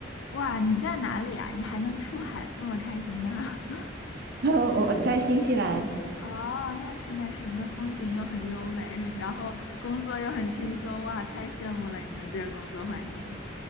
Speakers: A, on the left; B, on the right.
A: 哇，你在哪里呀？你还能出海这么开心呢？<laughs>
B: <laughs> 我我在新西兰，
A: 哦，那是那是，那风景又很优美，然后工作又很轻松，哇，太羡慕了你们这个工作环境。